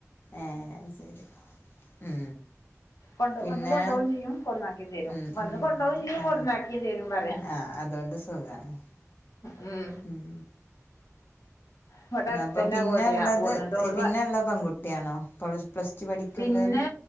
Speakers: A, on the left; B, on the left.
A: ഏ ശരി ഉ
B: കൊണ്ടോ
A: പിന്നെ
B: വന്ന് കൊണ്ടോവും ചെയ്യും കൊടന്നാക്കിം തരും
A: ഉ
B: വന്ന്
A: ഉ
B: കൊണ്ടോവും ചെയ്യും
A: ആ
B: കൊടന്നാക്കിം തരും പറയാ
A: ആ അതുകൊണ്ട് സുഖാണ്
B: ഉം
A: ഉം
B: ഇവിടെ അടുത്തന്നെ
A: അപ്പൊ പിന്നെള്ളത്
B: ആവോണ്ടേ അപ്പൊ എന്നിട്ട് ഓള്
A: പിന്നെള്ള
B: പ
A: പെൺകുട്ടിയാണോ പ്ലസ് ടു പഠിക്ക്ണ്ട്
B: പിന്നെ
A: പറഞ്ഞെ